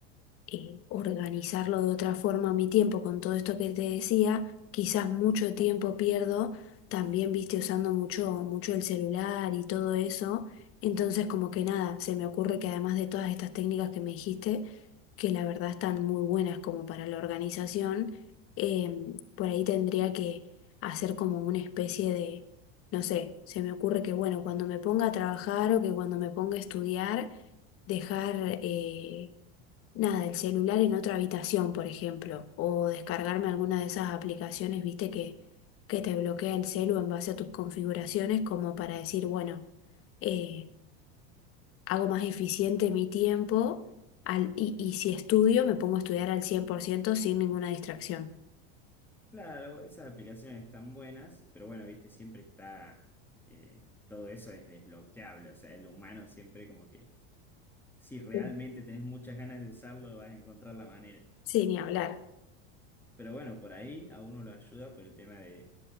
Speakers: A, on the left (about 40°); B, in the centre.
A: eh, organizarlo de otra forma mi tiempo con todo esto que te decía, quizás mucho tiempo pierdo también, viste, usando mucho, mucho el celular y todo eso. Entonces, como que nada, se me ocurre que además de todas estas técnicas que me dijiste, que la verdad están muy buenas como para la organización, em, por ahí tendría que hacer como una especie de, no sé, se me ocurre que bueno, cuando me ponga a trabajar o que cuando me ponga a estudiar, dejar eh, nada, el celular en otra habitación, por ejemplo, o descargarme alguna de esas aplicaciones, viste, que, que te bloquea el celu en base a tus configuraciones, como para decir, bueno, eh, hago más eficiente mi tiempo al, y, y si estudio, me pongo a estudiar al 100% sin ninguna distracción.
B: Claro, esas aplicaciones están buenas, pero bueno, viste, siempre está, eh, todo eso es desbloqueable, o sea, el humano siempre como que, si realmente
A: Sí,
B: tenés muchas ganas de usarlo, vas a encontrar la manera.
A: Sí, ni hablar.
B: Pero bueno, por ahí a uno lo ayuda por el tema de,